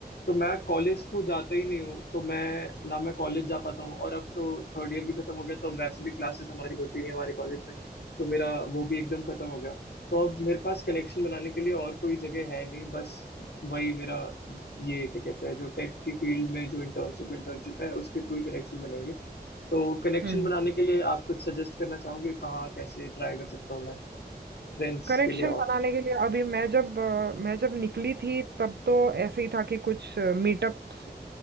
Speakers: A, on the left; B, on the right.
A: तो मैं कॉलेज तो जाता ही नहीं हूँ तो मैं ना मैं कॉलेज जा पाता हूँ और अब तो थर्ड ईयर भी खत्म हो गया तो अब वैसे भी क्लासेस हमारी होती नहीं हमारे कॉलेज में तो मेरा वो भी एकदम खत्म हो गया तो अब मेरे पास कलेक्शन बनाने के लिए और कोई जगह है नहीं बस वही मेरा ये क्या कहते हैं जो टेक की फील्ड में जो इंटर्नशिप इंटर्नशिप है उसके थ्रू ही कनेक्शन बनेंगे तो कनेक्शन
B: हम्म
A: बनाने के लिए आप कुछ सजेस्ट करना चाहोगे कहाँ कैसे ट्राई कर सकता हूँ मैं फ्रेंड्स
B: कनेक्शन
A: के लिए और
B: बनाने के लिए अभी मैं जब अ, मैं जब निकली थी तब तो ऐसे ही था कि कुछ मीटअप्स